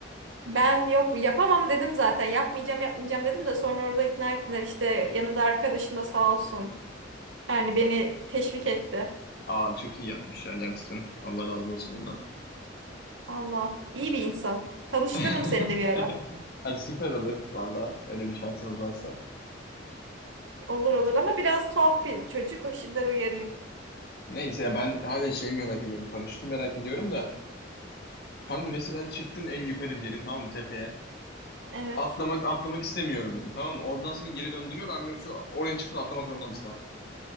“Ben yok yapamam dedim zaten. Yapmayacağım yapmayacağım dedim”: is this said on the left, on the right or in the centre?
Right